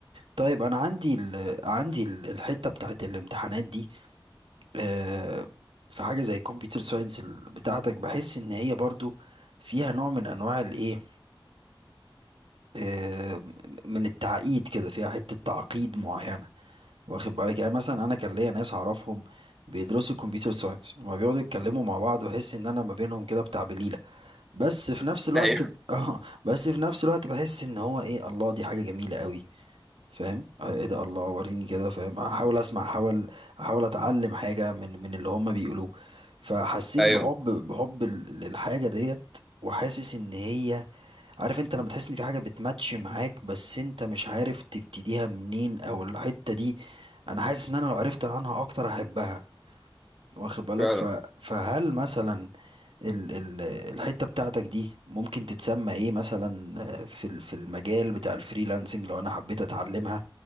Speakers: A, on the right (about 80°); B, in the centre.
A: طيب انا عندي ال... عندي ال- الحتة بتاعت الامتحانات دي آه، في حاجة زي الكمبيوتر ساينس بتاعتك بحس ان هي برضو فيها نوع من انواع الايه آه، من التعقيد كده فيها حتة تعقيد معينة واخد بالك يعني مثلا انا كان ليا ناس اعرفهم بيدرسوا كمبيوتر ساينس لما بيقعدوا يتكلموا مع بعض بحس ان انا ما بينهم كده بتاع بليلة بس في نفس الوقت
B: ايوه
A: ب... <laughs> اه بس في نفس الوقت بحس ان هو ايه الله دي حاجة جميلة قوي فاهم آه، ايه ده الله وريني كده فاهم احاول اسمع احاول احاول اتعلم حاجة من من اللي هما بيقولوه فحسيت
B: ايوه
A: بحب بحب لل- للحاجة ديت وحاسس ان هي عارف انت لما تحس ان في حاجة بتماتش معاك بس انت مش عارف تبتديها منين او الحتة دي انا حاسس ان انا لو عرفت عنها اكتر احبها واخد بالك
B: فعلا
A: ف... فهل مثلا ال... ال... الحتة بتاعتك دي ممكن تتسمى ايه مثلا آه، في ال- في المجال بتاع الفريلانسنج لو انا حبيت اتعلمها